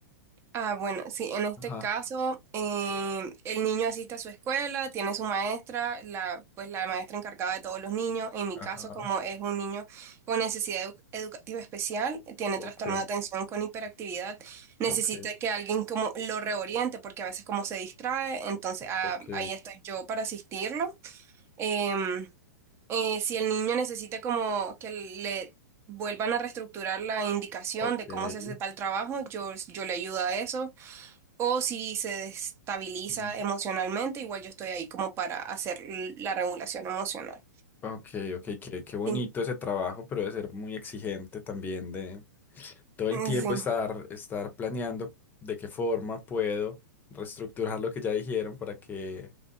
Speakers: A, on the right (about 25°); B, on the left (about 20°).
A: Ah, bueno, sí, en este
B: Ajá.
A: caso, em,
B: Sí.
A: el niño asiste a su escuela, tiene su maestra, la, pues la maestra encargada de todos los niños. En mi
B: Ajá.
A: caso, como es un niño con necesidad edu- educativa especial, tiene
B: Ok,
A: trastorno de atención con hiperactividad, necesita
B: ok,
A: que alguien como lo reoriente, porque a veces como se distrae, entonces ah,
B: ok,
A: ahí estoy yo para asistirlo. Em, eh, si el niño necesita como que le vuelvan a reestructurar la indicación
B: ok.
A: de cómo se hace tal trabajo, yo, yo le ayudo a eso. O si se destabiliza
B: Mm.
A: emocionalmente, igual yo estoy ahí como para hacer l- la regulación emocional.
B: Ok, ok, qué, qué bonito
A: Sí,
B: ese trabajo, pero debe ser muy exigente también todo el
A: eh,
B: tiempo
A: sí,
B: estar, estar planeando de qué forma puedo reestructurar lo que ya dijeron para que,